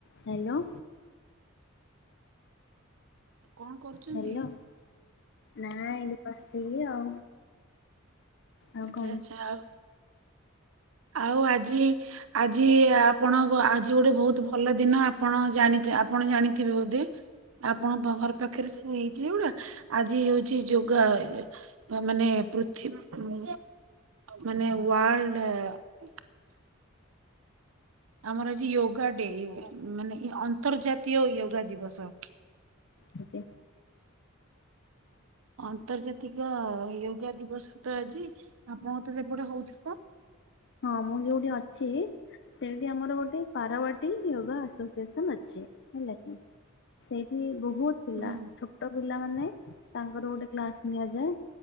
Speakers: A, on the left; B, on the right.
A: ହ୍ୟାଲୋ।
B: କଣ କରୁଛନ୍ତି?
A: ହ୍ୟାଲୋ ନାଇଁ ଵ ସେଇଆ ଆଉ। ଆଉ
B: ଆଚ୍ଛା
A: କଣ
B: ଆଚ୍ଛା ଆଉ। ଆଉ ଆଜି ଆଜି ଆପଣ ଆଜି ଗୋଟେ ବହୁତ ଭଲ ଦିନ ଆପଣ ଜାଣି ଆପଣ ଜାଣିଥିବେ ବୋଧେ ଆପଣଙ୍କ ଘର ପାଖରେ ସବୁ ହେଇଛି ଏଗୁଡ଼ା ଆଜି ହଉଛି ଯୋଗା ମାନେ ପୃଥିବୀ ମାନେ ୱାଲ୍ଡ <inaudible> ଆମର ଆଜି ଯୋଗା ଡେ ମାନେଇ ଅନ୍ତର୍ଜାତୀୟ ୟୋଗା ଦିବସ।
A: ଆଜ୍ଞା
B: ଆନ୍ତର୍ଜାତିକ ଯୟୋଗା ଦିବସ ତ ଆଜି ଆପଣଙ୍କ ତ ସେପଟେ ହଉଥିବ?
A: ହଁ ମୁଁ ଯୋଉଠି ଅଛି ସେଇଠି ଆମର ଗୋଟେ ପାରବାଟୀ ଯୋଗା ଆସୋସିଏସନ ଅଛି ହେଲା କି ସେଇଠି ବହୁ ବହୁତ ପିଲା
B: ହୁଁ
A: ଛୋଟ ପିଲାମାନୋ ତାଙ୍କର ଗୋଟେ କ୍ଲାସ ନିଆଯାଏ